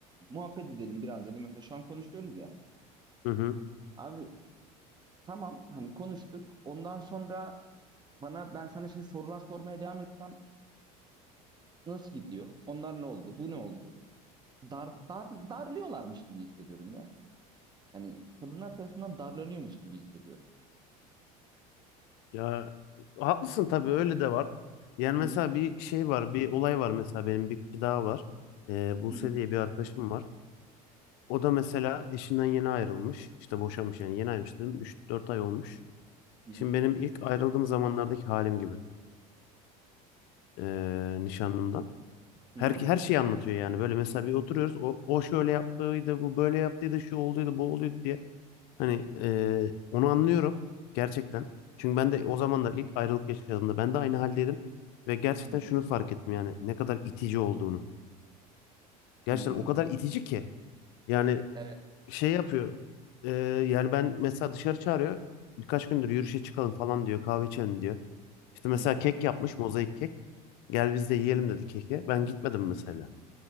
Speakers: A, on the right; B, on the left.
A: muhabbet edelim biraz dedi. Mesela şu an konuşuyoruz ya.
B: Hı hı.
A: Abi tamam hani konuştuk. Ondan sonra bana ben sana şimdi sorular sormaya devam etsem Nasıl gidiyor? Onlar ne oldu? Bu ne oldu? Dar, dar, darlıyorlarmış gibi hissediyorum ya. Yani kadınlar tarafından darlanıyormuş gibi hissediyorum.
B: Ya haklısın tabii öyle de var. Yani
A: Hı
B: mesela
A: hı.
B: bir şey var, bir olay var mesela benim bir kişi daha var. Eee Buse
A: Hı hı.
B: diye bir arkadaşım var. O da mesela eşinden yeni ayrılmış. İşte boşanmış yani yeni ayrılmış dedim. 3-4 ay olmuş.
A: Hı
B: Şimdi
A: hı.
B: benim ilk ayrıldığım zamanlardaki halim gibi eee, nişanlımdan. Her,
A: Hı hı.
B: her şeyi anlatıyor yani. Böyle mesela bir oturuyoruz. O, o şöyle yaptıydı, bu böyle yaptıydı, şu olduydu, bu olduydu diye. Hani eee, onu anlıyorum gerçekten. Çünkü ben de o zamanlar ilk ayrılık yaşadığımda ben de aynı haldeydim. Ve gerçekten
A: Hı
B: şunu fark ettim yani ne kadar itici olduğunu. Gerçekten
A: hı. hı.
B: o kadar itici ki. Yani
A: Evet.
B: şey yapıyor. eee, yani ben mesela dışarı çağırıyor. Birkaç gündür yürüyüşe çıkalım falan diyor, kahve içelim diyor. İşte mesela
A: Hı
B: kek yapmış mozaik kek. Gel biz de yiyelim dedi keki. Ben gitmedim
A: hı.
B: mesela.